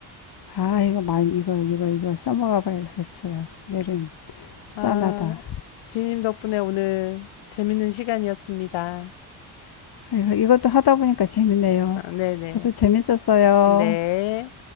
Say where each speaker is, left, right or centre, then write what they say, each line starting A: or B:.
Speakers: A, on the left; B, on the left.
A: 아, 이거 많이 이거 이거 이거 써먹어 봐야겠어요. 내일은
B: 아,
A: 짠하다.
B: 비님 덕분에 오늘 재밌는 시간이었습니다.
A: 이거, 이것도 하다 보니까 재밌네요.
B: 아, 네네.
A: 저도 재밌었어요.
B: 네.